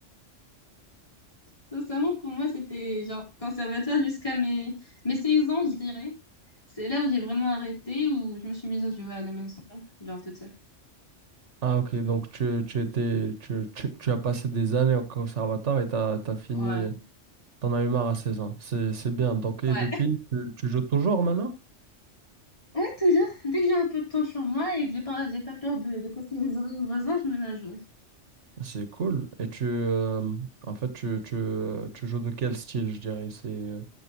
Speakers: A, on the left; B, on the right.
A: Sincèrement, pour moi, c'était genre conservatoire jusqu'à mes, mes 16 ans, je dirais. C'est là où j'ai vraiment arrêté, où je me suis mise à jouer à la maison, genre toute seule.
B: Ah ok, donc tu, tu étais tu, tu, tu as passé des années au conservatoire et t'as t'as fini,
A: Ouais.
B: t'en as eu marre à 16 ans. C'est c'est bien. Donc et
A: Ouais.
B: depuis, tu, tu joues toujours maintenant?
A: Ouais, toujours. Dès que j'ai un peu de temps sur moi et que j'ai pas, j'ai pas peur de, de casser les oreilles aux voisins, je me mets à jouer.
B: C'est cool. Et tu euh, en fait tu, tu, euh, tu joues de quel style, je dirais? C'est euh,